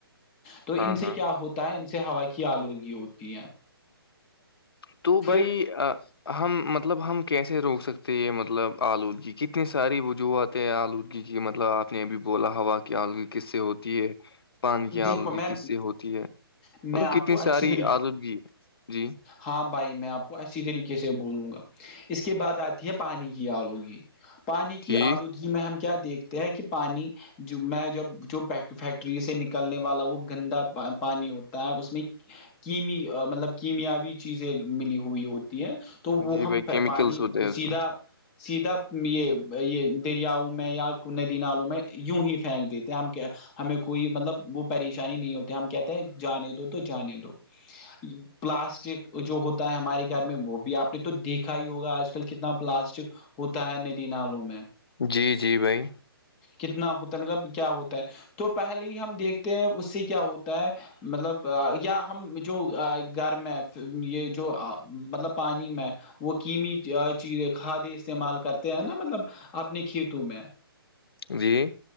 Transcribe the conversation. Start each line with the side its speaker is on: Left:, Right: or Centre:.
Centre: تو
Left: ہاں
Centre: ان سے
Left: ہاں
Centre: کیا ہوتا ہے ان سے ہوا کی آلودگی ہوتی ہے
Left: تو
Centre: پھر
Left: بھائی ہم مطلب ہم کیسے روک سکتے یہ مطلب آلودگی کتنی ساری وجوہات آلودگی کی مطلب آپ نے یہبھی بولا ہوا کہ آلودگی کس سے ہوتی ہے پان کی
Centre: دیکھو
Left: آلودگی
Centre: میں
Left: کس سے ہوتی ہے
Centre: میں
Left: مطلب کتنی
Centre: آپ کو
Left: ساری
Centre: اچھی طریقے
Left: آلودگی جی
Centre: ہاں بھائی میں آپ کو اچی طریقے سے بولوں گا اس کے بعد آتی ہے پانی کی آلودگی پانی کی
Left: ٹھیک
Centre: آلودی ہم کیا دیکھتے ہیں کہ پانی میں جب جو فیکٹری سے نک کلنے والا وہ گندا پانی ہوتا ہے اس میں کیمی مطلب کیمیاوی چیزیں ملی ہوئی ہوتی ہے تو وہ
Left: جی
Centre: ہم
Left: بھائی کیمیکلس
Centre: پانی
Left: ہوتے ہیں اس
Centre: سیدھا
Left: میں
Centre: سیدھا یہ یہ دریاؤں میں یا ندی نالوں میں یوں ہی پھینک دیتے ہیں ہم کہ ہمیں کوئی مطلب وہ پریشانی نہیں ہوتی ہم کہتے ہیں جانے دو تو جانے دو پلاسٹک جو ہوتا ہمارے گھر میں وہ بھی آپ نے تو دیکھا ہی ہوگا آج کل کتنا پلاسٹک ہوتا ہے ندینلوں میں
Left: جی جی بھائی
Centre: کتنا ہوتا ہے مطلب کیا ہوتا ہے تو پہلے ہی ہم دیکھتے ہیں اس سے کیا ہوتا ہے مطلب یا ہم جو گھر میں یہ جو مطلب پانی میں وہ قمی چیزیں کھادے استعمال کرتے ہیں نا مطلب اپنے کھیتوں میں
Left: جی